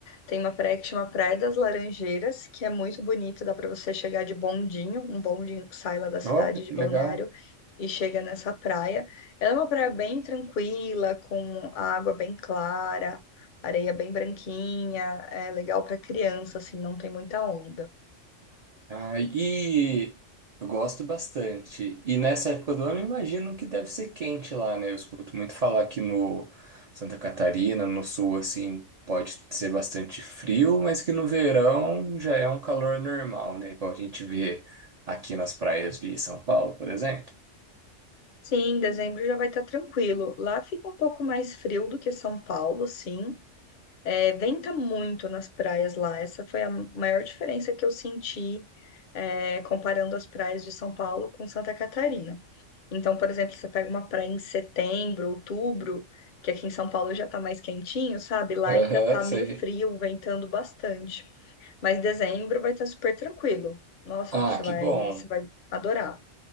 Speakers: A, on the left; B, on the right.
A: Tem uma praia que chama Praia das Laranjeiras, que é muito bonita, dá para você chegar de bondinho, um bondinho que sai lá da cidade
B: Olha, que
A: de Balneário
B: legal.
A: e chega nessa praia. Ela é uma praia bem tranquila, com a água bem clara, areia bem branquinha, é legal para criança, assim, não tem muita onda.
B: Ah, e eu gosto bastante. E nessa época do ano, eu imagino que deve ser quente lá, né? Eu escuto muito falar que no Santa Catarina, no sul, assim, pode ser bastante frio, mas que no verão já é um calor normal, né? Igual a gente vê aqui nas praias de São Paulo, por exemplo.
A: Sim, dezembro já vai estar tranquilo. Lá fica um pouco mais frio do que São Paulo, sim. É, venta muito nas praias lá. Essa foi a maior diferença que eu senti, é, comparando as praias de São Paulo com Santa Catarina. Então, por exemplo, você pega uma praia em setembro, outubro, que aqui em São Paulo já tá mais quentinho, sabe? Lá
B: Aham,
A: ainda tá
B: sei.
A: meio frio, ventando bastante. Mas dezembro vai estar super tranquilo. Nossa,
B: Ah,
A: você vai,
B: que bom.
A: você vai adorar.